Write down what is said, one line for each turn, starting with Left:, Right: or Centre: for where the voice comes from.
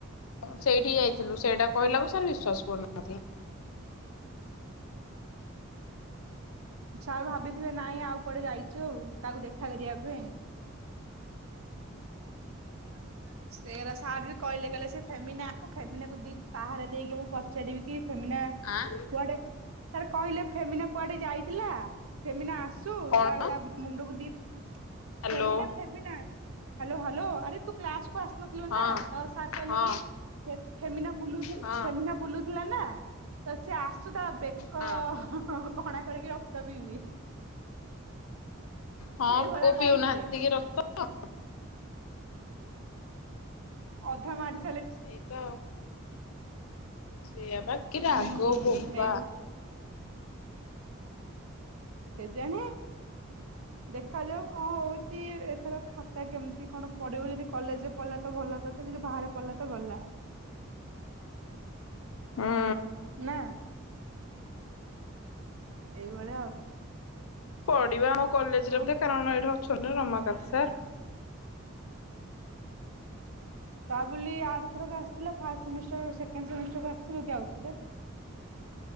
Left: ସେଇଠିକି ଯାଇଥିଲୁ ସେଇଟା କହିଲାକୁ ସାର ବିଶ୍ଵାସ କରୁନାହାନ୍ତି।
Right: ସାର୍ ଭାବିଥିବେ ନାଇଁ ଆଉ କୁଆଡେ ଯାଇଚୁ ଆ କାହାକୁ ଦେଖା କରିବା ପାଇଁ। <inaudible> <inaudible> ସେଗୁଡା ସାର୍ ବି କହିଲେ କହିଲେ ସେ ଫେମିନା ଫେମିନି କୁ ଦି ପାହାର ଦେଇକି ମୁଁ ପଚାରିବି କି ସେମିନା
Left: ଆଁ
Right: କୁଆଡ଼େ ସାର୍ କହିଲେ ଫେମିନା କୁଆଡ଼େ ଯାଇଥିଲା ଫେମିନା ଆସୁ
Left: କଣ
Right: ତାର ତା ମୁଣ୍ଡକୁ ଦି
Left: hello
Right: Femina Femina hello hello ଆରେ ତୁ କ୍ଲାସ୍ କୁ ଆସିନଥିଲୁ
Left: ହଁ
Right: ନାଁ ତ ସାର୍ କହିଲେ
Left: ହଁ
Right: କି ଫେ ଫେମିନା ବୁଲୁଥୁ
Left: ହଁ
Right: ଫେମିନା ବୁଲୁଥୁଲା ନା। ତ ସେ ଆସୁ ତା ବେକ
Left: ହଁ
Right: କଣା କରିକି ରକ୍ତ ପିଇବି।
Left: ହଁ
Right: ଏଇଭଳିଆ
Left: କୋଉ
Right: କହୁଥିଲେ
Left: ପିଉନାହାନ୍ତି କି ରକ୍ତ?
Right: ଅଧା ମାଡ଼୍
Left: ସେଇ ତ। ସେଇଆ ପା କି ରାଗ
Right: ହୁଁ
Left: ବୋପା।
Right: ଏଇ କେଜାଣେ? ଦେଖାଯାଉ କଁ ହଉଚି ଏଥର ଖାତା କେମତି କଣ ପଡ଼ିବ ଯଦି କଲେଜ୍ ରେ ପଡ଼ିଲା ତ ଭଲ କଥା ଯଦି ବାହାରେ ପଡ଼ିଲା ତ ଗଲା।
Left: ହୁଁ
Right: ନାଁ। ଏ ଭଳିଆ ଆଉ।
Left: ପଡ଼ିବ ଆମ କଲେଜ୍
Right: ଆଉ
Left: ରେ ଧେ କାରଣ ଏଇଠି ଅଛନ୍ତି ନାଁ ରମାକାନ୍ତ ସାର୍।
Right: ତା ବୋଲି ଆର ଥରକ ଆସିଥିଲା ଫାଷ୍ଟ୍ ସେମିଷ୍ଟାର୍ ସେକଣ୍ଡ୍ ସେମିଷ୍ଟାର୍ କୁ ଆସିିବ କି ଆଉ ଥରେ?